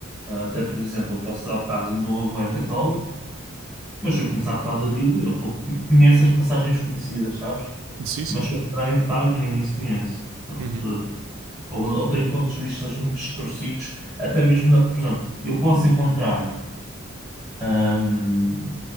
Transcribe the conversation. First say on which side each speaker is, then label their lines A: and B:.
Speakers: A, on the right (about 20°); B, on the right (about 70°).
A: Ah, Até, por exemplo, eu posso dar o caso, o meu avô é católico, mas se eu começar a falar da Bíblia, ele pouco conhe- conhece as passagens conhecidas, sabes?
B: Sim, sim.
A: Mas se eu entrar em detalhe, nem isso conhece. Pronto.
B: Uhum,
A: Ou, ou tem pontos de vista muito distorcidos, até mesmo, da- por exemplo, eu posso encontrar ahm,